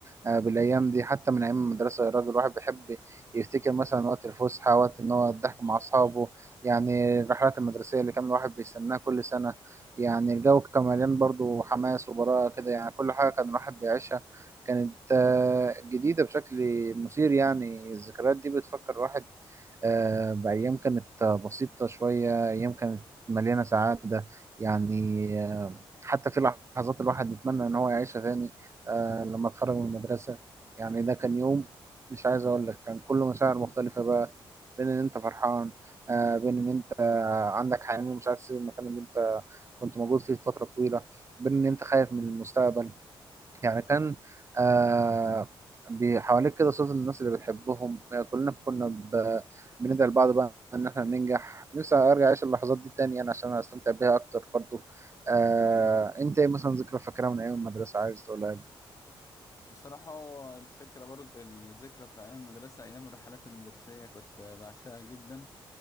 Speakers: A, on the right; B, on the left.
A: آه، بالايام دي حتى من ايام المدرسه يا راجل الواحد بيحب يفتكر مثلا وقت الفسحه وقت ان هو الضحك مع اصحابه يعني الرحلات المدرسيه اللي كان الواحد بيستناها كل سنه يعني الجو كان مليان برضه حماس وبراءه كده يعني كل حاجه كان الواحد بيعيشها كانت آه، جديده بشكل مثير يعني الذكريات دي بتفكر الواحد آه، بأيام كانت بسيطة شوية أيام كانت مليانة سعادة يعني آه، حتى في لحظات الواحد يتمنى إن هو يعيشها تاني آه، لما اتخرج من المدرسة يعني ده كان يوم مش عايز أقول لك كان كله مشاعر مختلفة بقى بين إن أنت فرحان آه، بين إن أنت عندك حنين ومش عايز تسيب المكان اللي أنت كنت موجود فيه فترة طويلة بين إن أنت خايف من المستقبل يعني كان آه بحواليك كده صوت الناس اللي بتحبهم آه، كلنا كنا ب- بندعي لبعض بقى ان احنا ننجح نفسي ارجع اعيش اللحظات دي تاني يعني عشان استمتع بيها اكتر برضو آه انت ايه مثلا ذكرى فاكرها من ايام المدرسة عايز تقولها لي
B: بصراحه الفكره برضه الذكرى بتاع ايام المدرسه ايام الرحلات المدرسيه كنت بعشقها جدا